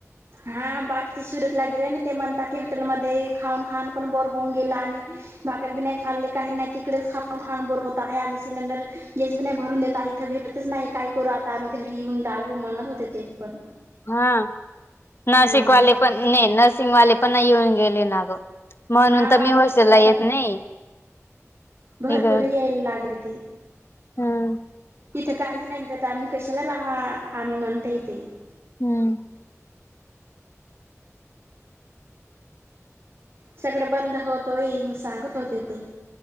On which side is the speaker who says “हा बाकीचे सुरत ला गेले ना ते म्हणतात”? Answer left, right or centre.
Right